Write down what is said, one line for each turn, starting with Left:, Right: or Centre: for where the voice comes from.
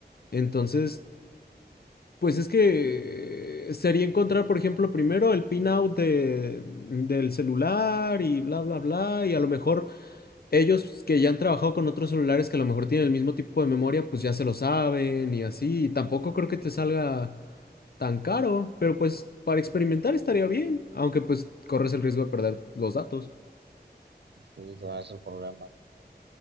Left: Entonces, pues es que eh, sería encontrar, por ejemplo, primero el pin out de, del celular y bla, bla, bla, y a lo mejor ellos que ya han trabajado con otros celulares que a lo mejor tienen el mismo tipo de memoria, pues ya se lo saben y así, y tampoco creo que te salga tan caro, pero pues para experimentar estaría bien, aunque pues corres el riesgo de perder los datos.
Right: Sí, no es el problema.